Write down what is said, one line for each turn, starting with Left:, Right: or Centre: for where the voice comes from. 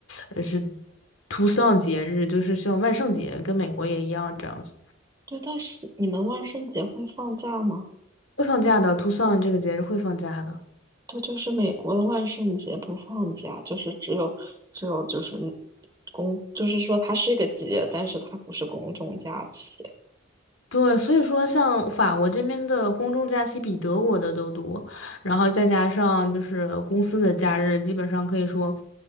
Left: 呃是图桑节日，就是像万圣节，跟美国也一样这样子。
Right: 对，但是你们万圣节会放假吗？
Left: 会放假的，图桑这个节日会放假的。
Right: 对，就是美国的万圣节不放假，就是只有只有就是公，就是说它是一个节，但是它不是公众假期。
Left: 对，所以说像法国这边的公众假期比德国的都多，然后再加上就是公司的假日，基本上可以说